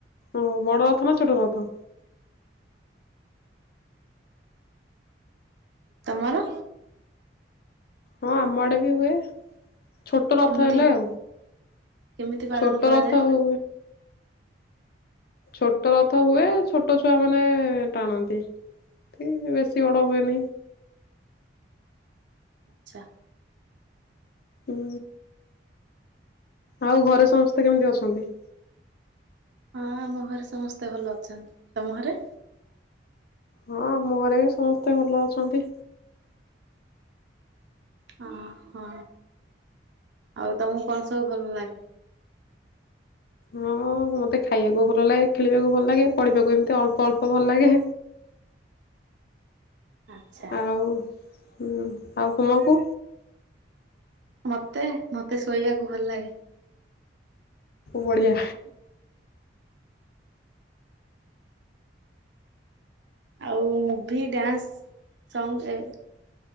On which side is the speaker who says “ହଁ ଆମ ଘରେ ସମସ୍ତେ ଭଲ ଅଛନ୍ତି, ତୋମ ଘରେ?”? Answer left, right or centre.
Right